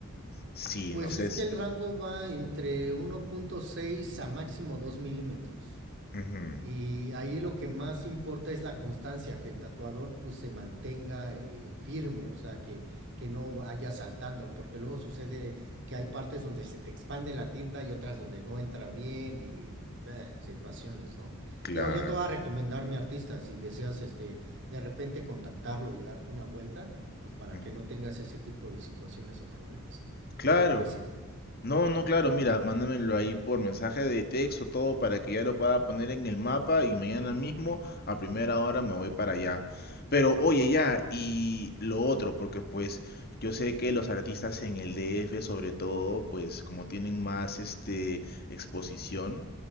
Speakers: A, on the left; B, on the right.
A: sí,
B: Pues
A: no sé
B: es
A: si...
B: que el rango va entre uno punto seis a máximo 2 milímetros.
A: Ujú,
B: Y ahí lo que más importa es la constancia, que el tatuador pues se mantenga eh, firme, o sea, que, que no vaya saltando, porque luego sucede que hay partes donde se te expande la tinta y otras donde no entra bien y eh, situaciones, ¿no?
A: claro.
B: Digo, yo te voy a recomendar mi artista, si deseas este, de repente contactarlo y darte una vuelta, pues para
A: ujú.
B: que no tengas ese tipo de situaciones o problemas.
A: Claro.
B: ¿Qué te parece, Leo?
A: No, no, claro, mira, mándamelo ahí por mensaje de texto, todo para que ya lo pueda poner en el mapa y mañana mismo a primera hora me voy para allá. Pero oye, ya, y lo otro, porque pues yo sé que los artistas en el DF sobre todo, pues como tienen más este exposición